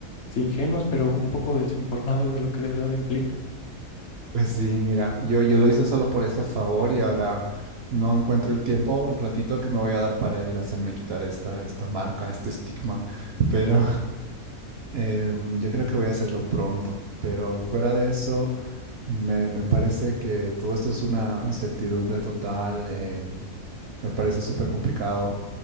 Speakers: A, on the left; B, on the right.
A: si ingenuos, pero un poco desinformados de lo que de verdad implica.
B: Pues sí, mira, yo, yo lo hice solo por ese favor y ahora no encuentro el tiempo, el ratito que me voy a dar para ir a hacerme quitar esta, esta marca, este estigma, pero Em, yo creo que voy a hacerlo pronto, pero fuera de eso, me, me parece que todo esto es una incertidumbre total, em, me parece súper complicado.